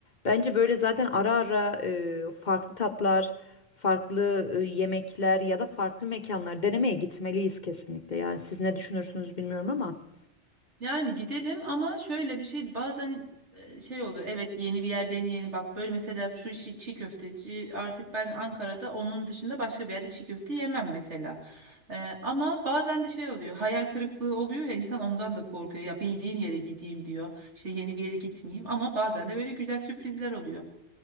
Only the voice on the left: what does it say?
Bence böyle zaten ara ara e, farklı tatlar, farklı e, yemekler ya da farklı mekanlar denemeye gitmeliyiz kesinlikle. Yani siz ne düşünürsünüz bilmiyorum ama.